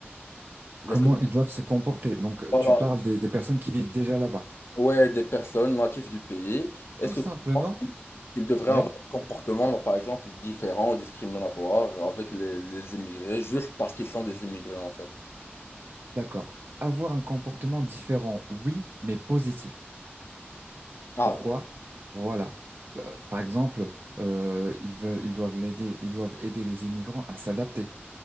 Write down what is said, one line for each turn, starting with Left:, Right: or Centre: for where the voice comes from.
Right: Comment
Left: Est-ce que
Right: ils doivent se comporter. Donc euh,
Left: voilà,
Right: tu parles des, des personnes qui vivent déjà là-bas.
Left: ouais, des personnes natives du pays, est-ce
Right: Tout simplement,
Left: que tu penses qu'ils qu'ils devraient
Right: oui,
Left: avoir un comportement par exemple différent ou discriminatoire avec les, les immigrés juste parce qu'ils sont des immigrés en fait?
Right: d'accord. Avoir un comportement différent, oui, mais positif.
Left: Ah,
Right: Pourquoi? Voilà. Euh, Par exemple, euh, ils veulent, ils doivent l'aider, ils doivent aider les immigrants à s'adapter